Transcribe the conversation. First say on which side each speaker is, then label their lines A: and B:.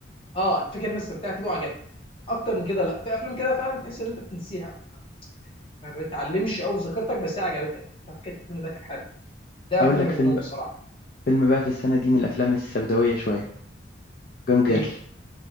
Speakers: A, on the left; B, on the left.
A: اه انا فاكر ان انا استمتعت بيه وعجبني اكتر من كده لا في افلام كده فعلا تحس ان انت بتنسيها ما بتعلمش قوي ذاكرتك بس هي عجبتك انت فاكر الفيلم ده كان حلو ده
B: أقول
A: فيلم
B: لك
A: منهم
B: فيلم
A: الصراحه
B: فيلم بقى في السنة دي من الأفلام السوداوية شوية جون جيرل
A: ايه